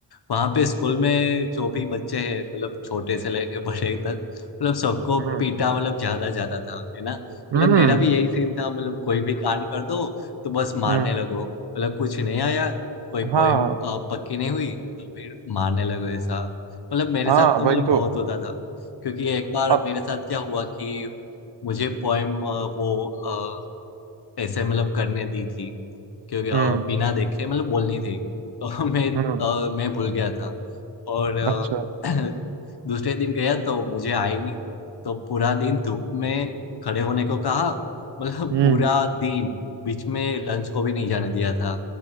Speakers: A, on the left (about 60°); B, on the right (about 65°).
A: वहाँ पे स्कूल में जो भी बच्चे हैं मतलब छोटे से लेके <laughs> बड़े तक मतलब सबको
B: हम्म
A: पीटा मतलब ज्यादा ज्यादा था है ना
B: हम्म
A: मतलब मेरा भी यही सीन था मतलब कोई भी कांड कर दो तो बस मारने
B: हम्म,
A: लगो मतलब कुछ नहीं आया कोई पोएम
B: हाँ
A: पक्की नहीं हुई तो फिर मारने लगो ऐसा मतलब मेरे
B: हाँ
A: साथ तो
B: वही
A: मतलब
B: तो
A: बहुत होता था क्योंकि एक बार
B: अब
A: मेरे साथ क्या हुआ कि मुझे पोएम वो अ, ऐसे मतलब करने दी थी क्योंकि अ,
B: हम्म,
A: बिना देखे मतलब बोलनी थी तो <laughs> मैं
B: हम्म,
A: अ, मैं भूल गया था और अ,
B: अच्छा
A: <clears throat> दूसरे दिन गया तो मुझे आई नहीं तो पूरा दिन धूप में खड़े होने को कहा मतलब
B: हम्म,
A: पूरा दिन बीच में लंच को भी नहीं जाने दिया था